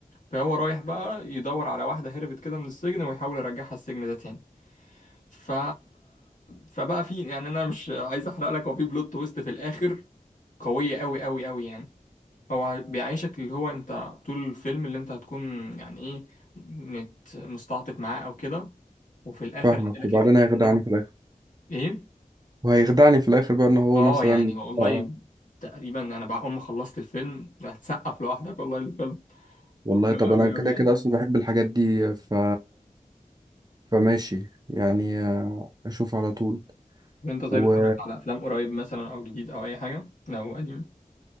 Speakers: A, on the left; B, on the right.
A: فهو رايح بقى يدور على واحدة هربت كده من السجن ويحاول يرجعها السجن ده تاني ف فبقى في يعني انا مش عايز احرق لك هو في بلوت تويست في الاخر قويه قوي قوي قوي يعني هو بيعيشك اللي هو انت طول الفيلم اللي انت هتكون يعني ايه مت... مستعطف معاه او كده وفي الاخر
B: فاهمك
A: هينقلك
B: وبعدين
A: لحته
B: هيخدعني
A: تانية
B: في الاخر
A: ايه
B: وهيخدعني في الاخر بقى ان هو
A: اه
B: مثلا
A: يعني والله
B: آه
A: تقريبا انا بعد ما خلصت الفيلم هتسقف لوحدك والله الفيلم
B: والله
A: حلو
B: طب
A: قوي
B: انا كده
A: قوي يعني
B: كده اصلا بحب الحاجات دي ف فماشي يعني آه، اشوف على طول
A: وانت طيب
B: و
A: اتفرجت على افلام قريب مثلا او جديد او اي حاجه او قديم